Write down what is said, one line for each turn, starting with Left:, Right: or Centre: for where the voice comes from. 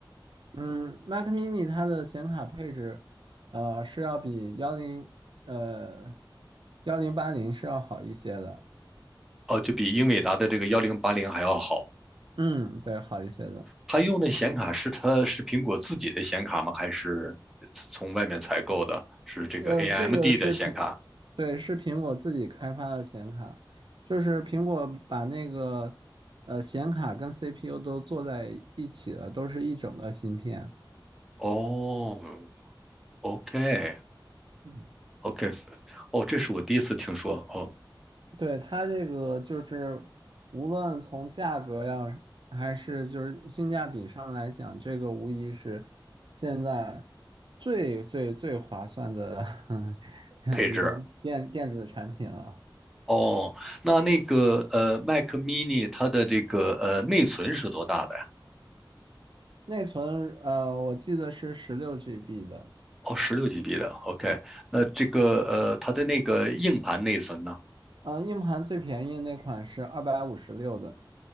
Right: 嗯，Mac mini 它的显卡配置，呃，是要比幺零呃幺零八零是要好一些的。
Centre: 呃，就比英伟达的这个幺零八零还要好。
Right: 嗯，对，好一些的。
Centre: 它用的显卡是它是苹果自己的显卡吗？还是从外面采购的？是这个
Right: 呃，
Centre: AMD
Right: 这个是苹，
Centre: 的显卡？
Right: 对，是苹果自己开发的显卡，就是苹果把那个呃显卡跟 CPU 都做在一起了，都是一整个芯片。
Centre: 哦，OK，
Right: 嗯，
Centre: OK，哦，这是我第一次听说哦，
Right: 对，它这个就是无论从价格呀，还是就是性价比上来讲，这个无疑是现在最最最划算的 <laughs>
Centre: 配置
Right: 一个电电子产品了。
Centre: 哦，那那个呃，Mac mini 它的这个呃内存是多大的呀？
Right: 内存呃，我记得是十六 GB 的，
Centre: 哦，十六 GB 的。OK，那这个呃它的那个硬盘内存呢
Right: 呃，硬盘最便宜那款是二百五十六的。